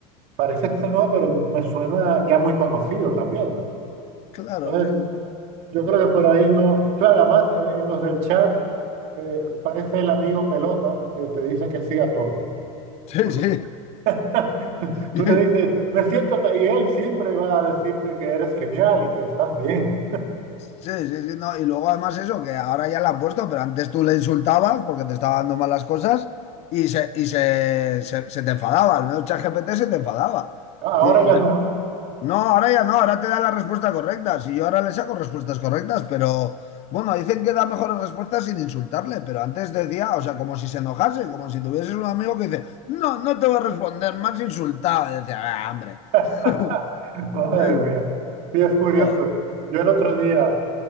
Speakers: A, on the right; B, on the left.
A: parece que está nuevo, pero me suena ya muy conocido también.
B: Claro,
A: Entonces,
B: sí, sí.
A: yo creo que por ahí no. Claro, además eh, en los del chat eh, parece el amigo pelota que te dice que sí a todo.
B: Sí,
A: Porque
B: sí.
A: <laughs> tú
B: <laughs>
A: le dices, me siento, ta-", y él siempre va a decirte que eres genial y que estás bien.
B: Sí, sí, sí, no. Y luego además eso, que ahora ya la han puesto, pero antes tú le insultabas porque te estaba dando malas cosas y se, y se, se, se te enfadaba, al menos ChatGPT se te enfadaba.
A: Ah,
B: Y-
A: Ahora ya
B: y te-
A: no.
B: no, ahora ya no, ahora te da la respuesta correcta. Si yo ahora le saco respuestas correctas, pero bueno, dicen que da mejores respuestas sin insultarle, pero antes decía, o sea, como si se enojase, como si tuvieses un amigo que dice, no, no te voy a responder, más insultado. Y decía, ah, hombre.
A: <laughs>
B: <laughs>
A: Madre
B: Sí, sí.
A: mía. Sí, es curioso.
B: Joder,
A: Yo el otro día.